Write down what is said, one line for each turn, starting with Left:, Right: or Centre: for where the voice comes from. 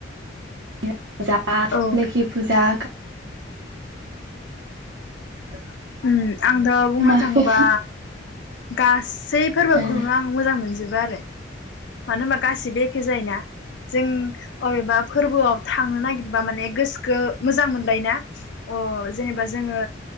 Right: फुजा
Left: औ
Right: लोखि फुजा <unintelligible>
Left: उम आंथ' बुंनो
Right: माखो
Left: थाङोबा गासै फोरबोखौनो
Right: ओ
Left: आं मोजां मोनजोबो बारो मानो होबा गासिबो एखे जायोना जों अबेबा फोरबोआव थांनो नागिर। बा माने गोसोखो मोजां मोनलायना अ। जेनेबा जोंओ।